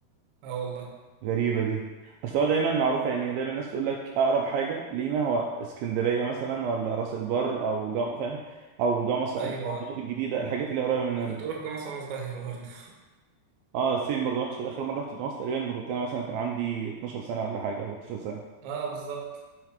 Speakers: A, on the right; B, on the right.
A: اه والله
B: غريبة دي اصل هو دايما معروفة يعني دايما الناس تقول لك اقرب حاجة لينا هو اسكندرية مثلا ولا راس البر او جم... فاهم او جمصة
A: ايوه
B: الموضوعات الجديدة الحاجات اللي هي قريبة مننا
A: كنت اروح جامعه وانا صغير برضه
B: اه سيم برضه رحت اخر مرة رحت جمصة تقريبا لما كنت انا مثلا كان عندي 12 سنة ولا حاجة او 13 سنة
A: <laughs> اه بالظبط